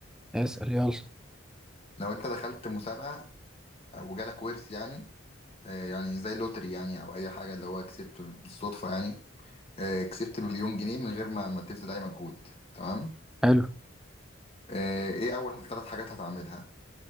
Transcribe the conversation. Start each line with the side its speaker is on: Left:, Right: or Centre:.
Centre: اسأل يلا
Left: لو أنت دخلت مسابقة وجالك ورث يعني آه، يعني زي اللوتري يعني أو أي حاجة اللي هو كسبت بالصدفة يعني آه، كسبت مليون جنيه من غير ما ما تبذل أي مجهود تمام
Centre: حلو
Left: آه، إيه أول ثلاث حاجات هتعملها